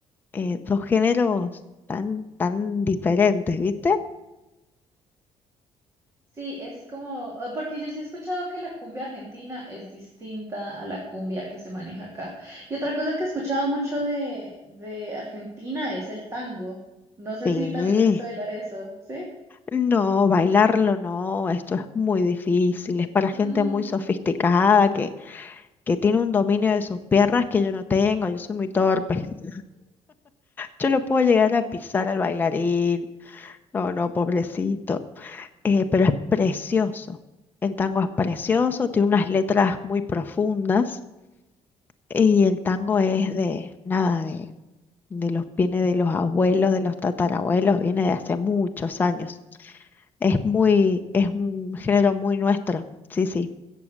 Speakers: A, on the left (about 15°); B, on the right (about 25°).
A: eh, dos géneros tan, tan diferentes, ¿viste?
B: Sí, es como, eh, porque yo sí he escuchado que la cumbia argentina es distinta a la cumbia que se maneja acá. Y otra cosa que he escuchado mucho de, de Argentina es el tango. No sé
A: Sí.
B: si también te gusta bailar eso, ¿sí?
A: No, bailarlo no, esto es muy difícil, es para gente
B: Mm,
A: muy sofisticada que, que tiene un dominio de sus piernas que yo no tengo, yo soy muy torpe. <laughs> Yo lo puedo llegar a pisar al bailarín, no, no, pobrecito, Eh, pero es precioso. El tango es precioso, tiene unas letras muy profundas y el tango es de, nada, de, de los, viene de los abuelos, de los tatarabuelos, viene de hace muchos años. Es muy, es un género muy nuestro. Sí, sí.